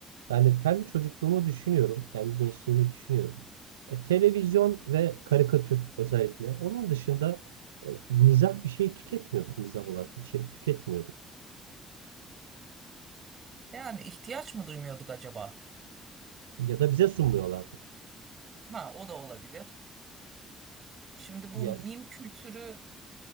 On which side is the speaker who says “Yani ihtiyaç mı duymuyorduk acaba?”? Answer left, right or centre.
Right